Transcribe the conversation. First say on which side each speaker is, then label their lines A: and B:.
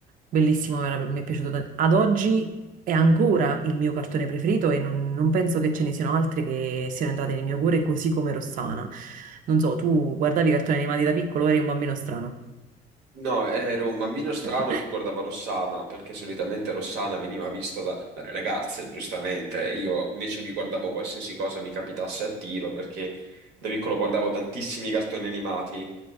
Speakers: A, on the right; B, on the right.
A: Bellissimo, era- mi è piaciuto tanto. Ad oggi è ancora il mio cartone preferito e non, non penso che ce ne siano altri che siano entrati nel mio cuore, così come Rossana. Non so, tu guardavi i cartoni animati da piccolo, eri un bambino strano.
B: No, ero un bambino strano
A: <laughs>
B: che guardava Rossana, perché solitamente Rossana veniva vista da- dalle ragazze, giustamente. Io invece mi guardavo qualsiasi cosa mi capitasse a tiro, perché da piccolo guardavo tantissimi cartoni animati.